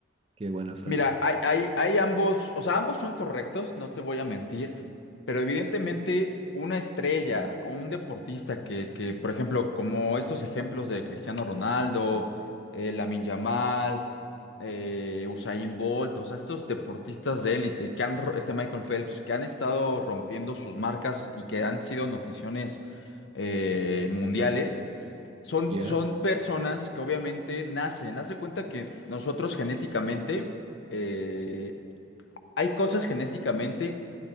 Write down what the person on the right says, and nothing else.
Qué buena frase.
Ya.